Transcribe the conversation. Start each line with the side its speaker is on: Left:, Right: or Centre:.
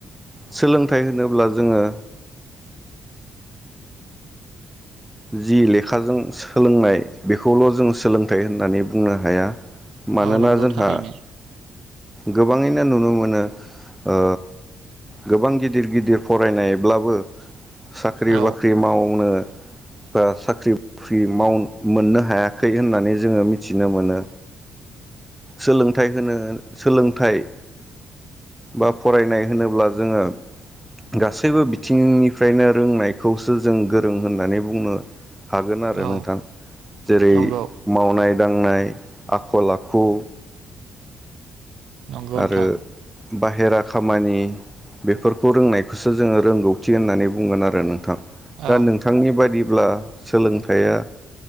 Centre: सोलोंथाइ होनोब्ला जोङो जि लेखाजों सोलोंनाय बेखौल जों सोलोंथाइ होननानै बुंनो हाया मानोना
Right: औ नंगौ
Centre: जोंहा
Right: थारैनो
Centre: गोबांयैनो नुनो मोनो ओ गोबां गिदिर गिदिर फरायनायब्लाबो साख्रि
Right: औ
Centre: बाख्रि मावनो ओ साख्रि बाख्रि मोननो हायाखै होननानै जोङो मिथिनो मोनो सोलोंथाइ होनो सोलोंथाइ बा फरायनाय होनोब्ला जोङो गासैबो बिथिंनिफ्रायनो रोंनायखौसो जों गोरों होननानै बुंनो हागोन आरो
Right: औ
Centre: नोंथां जेरै
Right: नंगौ
Centre: मावनाय दांनाय आखल आखु
Right: नंगौ
Centre: आरो
Right: नोंथां
Centre: बाहेरा खामानि बेफोरखौ रोंनायखौसो जोङो रोंगौथि होननानै बुंगोन आरो नोंथां नोंथां
Right: औ
Centre: दा नोंथांनि बादिब्ला सोलोंथाइया